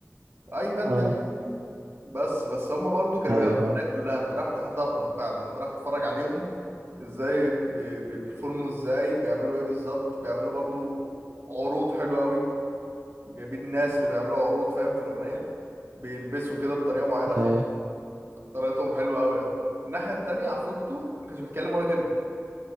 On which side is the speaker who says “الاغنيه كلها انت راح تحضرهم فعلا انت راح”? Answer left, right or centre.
Right